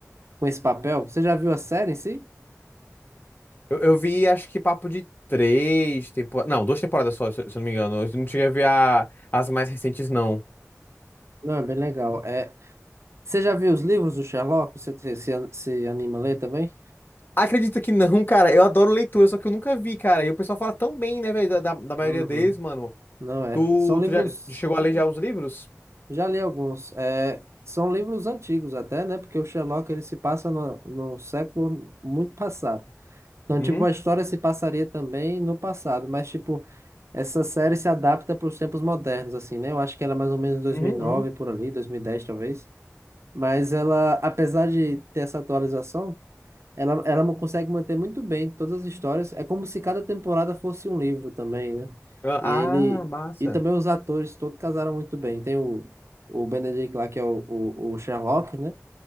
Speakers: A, on the right; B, on the left.
A: com esse papel. Você já viu a série em si?
B: Eu, eu vi, acho que papo de três temporadas. Não, duas temporadas só, se se eu não me engano. Eu não cheguei a ver a- as mais recentes, não.
A: Não, é bem legal. É, você já viu os livros do Sherlock? Você você- se, se anima a ler também?
B: Acredita que não, <laughs> cara. Eu adoro leitura, só que eu nunca vi, cara. E o pessoal fala tão bem, né, velho, da, da, da maioria
A: Uhum.
B: deles, mano.
A: Não é.
B: Tu,
A: São livros.
B: tu já chegou a ler já os livros?
A: Já li alguns. É, são livros antigos até, né? Porque o Sherlock ele se passa no, no século muito passado. Então,
B: Uhum,
A: tipo, a história se passaria também no passado, mas, tipo, essa série se adapta para os tempos modernos, assim, né? Eu acho que era mais ou menos 2009,
B: uhum, uhum.
A: por ali, 2010 talvez. Mas ela, apesar de ter essa atualização, Ela, ela mo- consegue manter muito bem todas as histórias. É como se cada temporada fosse um livro também, né?
B: Ah,
A: E ele
B: massa.
A: e também os atores todos casaram muito bem. Tem o, o Benedict lá que é o, o, o Sherlock, né?